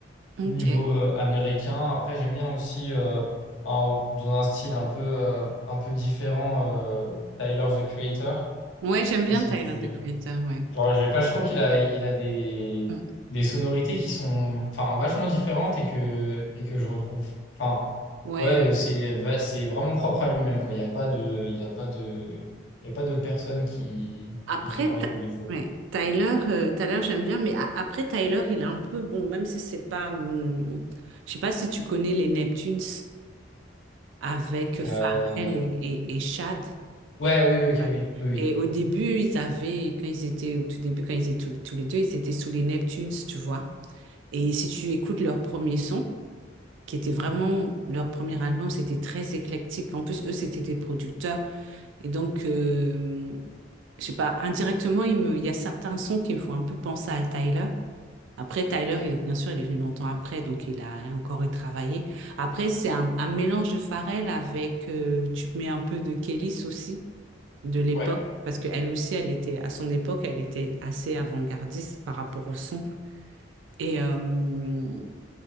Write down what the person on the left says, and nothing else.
niveau euh, américain. Après, j'aime bien aussi euh, en- dans un style un peu, euh, un peu différent, euh, Tyler, the Creator.
Je sais
pas si
tu...
Genre, je, sais pas, je trouve qu'il a, il a des,
des sonorités qui sont enfin, vachement différentes et que, et que je retrouve. Enfin,
ouais, c'est, va- c'est vraiment propre à lui-même, quoi. Il n'y a pas de, il y a pas de, il y a pas d'autres personnes qui,
qui fait pareil
que lui. je trouve.
Euh,
ouais, oui, oui, ok,
oui, oui, oui.
Ok.
Ouais.